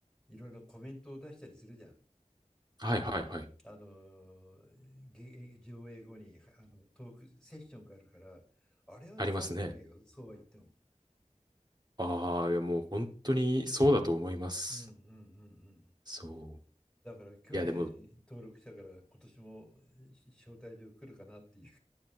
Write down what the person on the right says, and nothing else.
はいはいはい。
ありますね。
ああ、いやもう本当にそうだと思います。
そ
う。いや、でも